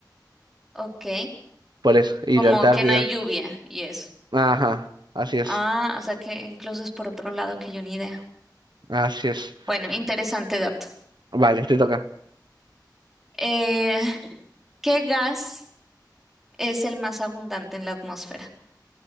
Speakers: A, in the centre; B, on the right.
A: Ok.
B: Por eso. Y
A: Como
B: la Antártida.
A: que no hay lluvia y eso.
B: Ajá, así es.
A: Ah, o sea que incluso es por otro lado que yo ni idea.
B: Así es.
A: Bueno, interesante dato.
B: Vale, te toca.
A: Eh, ¿qué gas es el más abundante en la atmósfera?